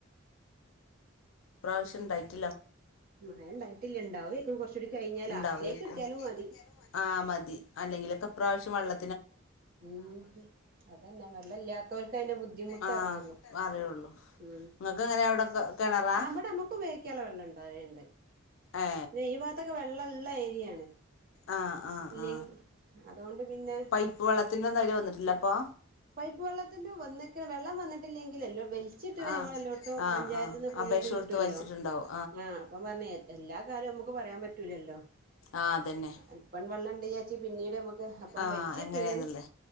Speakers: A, on the left; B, on the right.
A: പ്രാവശ്യം ഡയറ്റ
B: മഴ ഉണ്ടായിട്ടില്ല ഇണ്ടാവക്ക കുറച്ചൂടി കഴിഞ്ഞാ
A: ഉണ്ടാവേക്കും
B: ലാസ്റ്റിലേക്ക് കിട്ടിയാലും മതി
A: ആ മതി അല്ലെങ്കിലൊക്കെ പ്രാവശ്യം വള്ള
B: ഉം അതന്നെ വള്ളല്ലാത്തവർക്ക് അതിന്റെ ബുദ്ധിമുട്ട
A: ആ
B: അറിയുള്ളു
A: അറിയുള്ളൂ
B: ഉ
A: നിങ്ങൾക്ക് എങ്ങനെ അവിടെ കിണറാ
B: ആ അമ്മടെ നമ്മക്ക് ഉപയോഗിക്കുള്ള വെള്ളം ഇണ്ടണ്ട്
A: ഏ
B: പിന്നെ ഈ ഭാഗത്തൊക്കെ വെള്ളമള്ള ഏരിയാണ്
A: ആ ആ
B: ഇല്ലെ
A: ആ
B: അതുകൊണ്ട് പിന്നെ
A: പൈപ്പ് വെള്ളത്തിന്റെ ഒന്നും അതില് വന്നിട്ടില്ല അപ്പൊ
B: പൈപ്പ് വെള്ളത്തിന്റെ വന്ന വെള്ളം വന്നിട്ടില്ലെങ്കിൽ ച്ചിട്ട നഞമ്മള
A: ആ
B: എല്ലായിടത്തും
A: ആ
B: പഞ്ചായത്ത്ൽ
A: ആ
B: നിന്ന് ഫ്രീ
A: അപേക്ഷ
B: ആയിട്ട് കിട്ടുമല്ലോ
A: കൊടുത്ത് വലിച്ചിട്ടുണ്ടാവും
B: ആ അപ്പം പറഞ്ഞ എല്ലാ കാലവും നമുക്ക് പറയാൻ പറ്റൂലല്ലോ
A: ആ അതന്നെ
B: അപ്പൺ വെള്ളംണ്ട് ചാച്ചി പിന്നീട് നമുക്ക് അപ്പം
A: ആഹ്
B: വലിച്ചിട്ടണ്
A: അങ്ങനെയാന്നല്ലേ